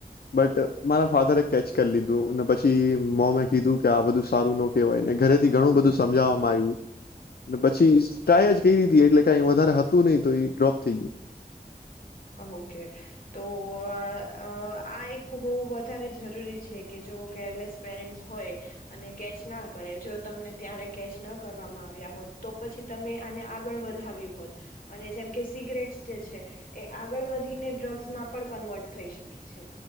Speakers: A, on the left; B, on the left.
A: બટ મારા ફાધરે કેચ કરી લીધું ને પછી મોમે કીધું કે આ બધું સારું ન કહેવાય ને ઘરેથી ઘણું બધું સમજાવવામાં આવ્યું ને પછી ટ્રાય જ કરી હતી એટલે કઈ વધારે હતું નહી તો એ ડ્રોપ થઈ ગયુ.
B: ઓકે તો આ એક હો વધારે જરૂરી છે કે જો કેરલેસ પેરેન્ટ્સ હોય અને કેચ ના કરે જો તમને ત્યારે કેચ ના કરવામાં આવ્યા હોત તો પછી તમે આને આગળ વધાવ્યું હોત અને જેમ કે સિગરેટ્સ જે છે એ આગળ વધીને ડ્રગ્સમાં પણ કન્વર્ટ થઈ શકે છે.